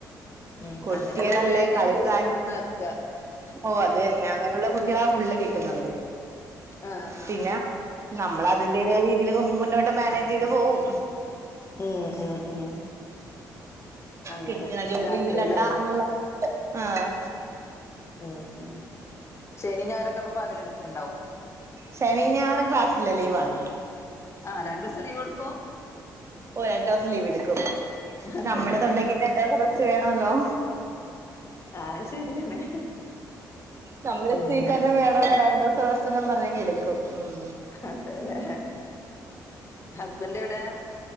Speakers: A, on the left; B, on the right.
A: ഉം
B: കുട്ടിയെളല്ലേ
A: അങ്ങനെയുള്ള കുട്ടികളെന്നെ
B: കളിപ്രായം
A: ട്യൂഷന് കൊടുന്നാക്ക
B: ഓ അത് പിന്നങ്ങനുള്ള കുട്ടികളാ ഫുള്ള് കിട്ടുന്നത്
A: ആഹ് ആഹ്
B: പിന്ന നമ്മളതിന്റേതായരീതിയില് മുന്നോട്ട് മാനേജെയ്ത് പോവും
A: ഉം ഉം ഉം അങ്ങനെ
B: കിട്ടണ ജോലി
A: രാത്രിയിലാവൂല
B: വിടണ്ട എന്നുള്ള ആഹ്
A: ഉം ഉം ശനി ഞായറോക്കെ അപ്പൊ പകലെടുക്കണണ്ടാവും
B: ശനീ ഞായറും ക്ലാസ്സില്ല ലീവാണ്
A: ആഹ് രണ്ടൂസം ലീവെടുക്കും
B: ഓഹ് രണ്ടു ദിവസം ലീവെടുക്കും
A: അതെല്ലേ
B: നമ്മടെ തൊണ്ടക്കും രണ്ടെസം റസ്റ്റ് വേണല്ലോ
A: ആഹ് ശരിയാണ്
B: നമ്മള്
A: പിന്നെ
B: <unintelligible> വേണല്ലോ രണ്ടൂസം റെസ്റ്റെന്നും പറഞ്ഞങ്ങെടുക്കും ഉം
A: അതെല്ലേ ഹസ്ബൻഡെവിടെ